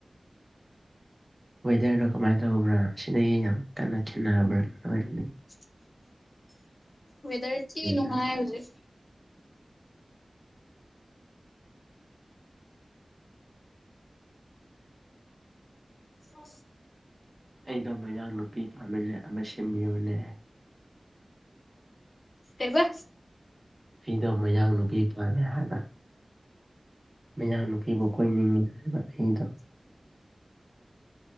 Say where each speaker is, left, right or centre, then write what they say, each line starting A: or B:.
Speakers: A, on the right; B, on the left.
A: ꯋꯦꯗꯔꯅꯣ ꯀꯃꯥꯏꯅ ꯇꯧꯕ꯭ꯔꯥ ꯁꯤꯗꯒꯤ ꯌꯥꯝ ꯀꯟꯅ ꯊꯤꯟꯅꯔꯕ꯭ꯔꯥꯔꯅꯤ
B: <inaudible> ꯋꯦꯗꯔꯁꯤ ꯅꯅꯨꯡꯉꯥꯏ
A: ꯅꯣꯏ꯫
B: ꯍꯧꯖꯤꯦ ꯑꯣ
A: ꯑꯩꯗꯣ ꯃꯌꯥꯡ ꯅꯨꯄꯤ ꯇꯥꯃꯤꯟꯅ ꯑꯃ ꯁꯤꯃꯤꯌꯨꯅꯦ
B: ꯇꯕ
A: ꯑꯩꯗꯣ ꯃꯌꯥꯡ ꯅꯨꯄꯤ ꯏꯄꯥꯝꯃꯦ ꯍꯥꯏꯕ ꯃꯌꯥꯝꯅꯨꯄꯤꯕꯨ ꯀꯣꯏꯅꯤꯡꯏꯤ ꯍꯥꯏꯕ ꯑꯩꯗ